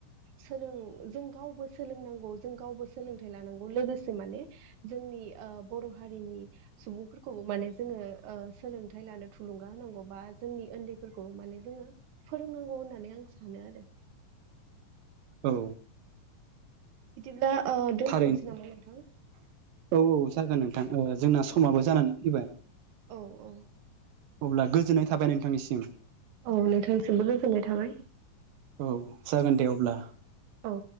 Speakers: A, on the right (about 65°); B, on the right (about 80°).
A: सोलों जों गावबो सोलोंनांगौ जों गावबो सोलोंथाइ लानांगौ लोगोसे माने जोंनि ओ बरहारिनि सुबुंफोरखौबो माने जोङो ओ सोलोंथाइ लानो थुुलुंगा होनांगौ बा जोंनि ओन्दैफोरखौ माने जोङो फोरोंनांगौ होननानै आं सानो आरो
B: औ
A: बिदिब्ला ओ दोनथनोसै
B: थारैनो
A: नामा नोंथां?
B: औ औ जागोन नोंथां ओ जोंना समाबो
A: औ
B: जानानै फैबाय
A: औ औ
B: अब्ला गोजोननाय थाबाय नोंथांनिसिम
A: औ नोंथांसिमबो गोजोननाय थाबाय।
B: औ जागोन दे अब्ला।
A: औ